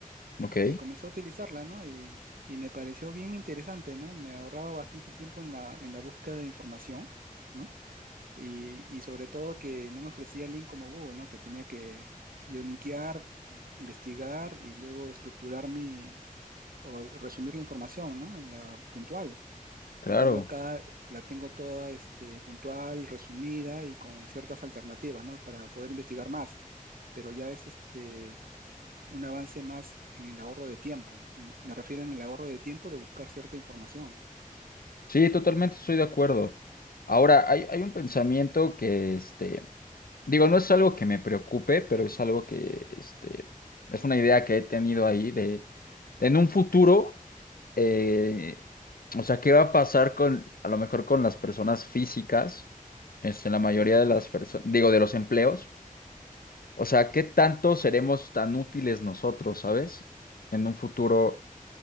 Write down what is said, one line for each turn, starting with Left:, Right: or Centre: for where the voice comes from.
Left: Ok,
Right: y comencé a utilizarla, ¿no? Y, y me pareció bien interesante, ¿no? Me ahorraba bastante tiempo en la, en la búsqueda de información, ¿no? Y, y sobre todo que no me ofrecía el link como Google, ¿no? Que tenía que yo linkear, investigar y luego estructurar mi, o resumir la información, ¿no? La puntual.
Left: claro.
Right: En cambio acá la tengo toda este, puntual, resumida y con ciertas alternativas, ¿no? Para poder investigar más. Pero ya es este un avance más en el ahorro de tiempo. En- me refiero en el ahorro de tiempo de buscar cierta información.
Left: Sí, totalmente estoy de acuerdo. Ahora, hay, hay un pensamiento que, este, digo, no es algo que me preocupe, pero es algo que, este, es una idea que he tenido ahí de, de en un futuro, eh, o sea, ¿qué va a pasar con, a lo mejor con las personas físicas, este, la mayoría de las personas, digo, de los empleos? O sea, ¿qué tanto seremos tan útiles nosotros, sabes? En un futuro,